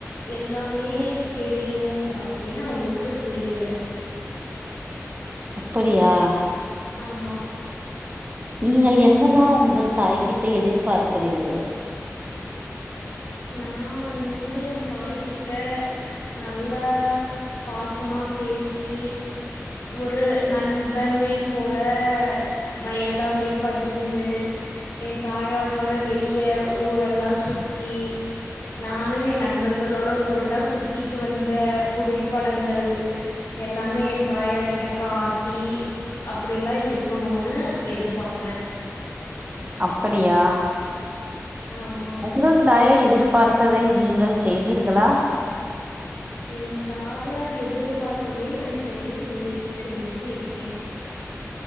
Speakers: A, on the left (about 70°); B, on the right (about 30°).
A: எல்லாமே தெரியு அப்டின்னு அவுங்களுக்கு புரியல
B: அப்படியா
A: ஆமா
B: நீங்கள் என்னதா உங்கள் தாய்கிட்ட எதிர்பார்க்கிறீர்கள்
A: நான் வந்து என் தாய்கிட்ட நல்லா பாசமா பேசி ஒரு நண்பனை போல ம எல்லாமே பகிர்ந்து என் தாயாரோட வெளியே ஊரெல்லாம் சுத்தி நானும் என் நண்பர்களோட ஊருலா சுத்திட்டு வந்த புகைப்படங்கள் எல்லாமே என் தாயார் கிட்ட காட்டி அப்படியெல்லாம் இருக்கணும்னு எதிர்பாக்கறன்
B: அப்படியா
A: ஆமா
B: உங்கள் தாயார் எதிர்பார்த்ததை நீங்கள் செய்தீர்களா
A: என் தாயார் எதிர்பார்த்ததை நான் செய்ய முயற்சி செஞ்சுட்டு இருக்கேன்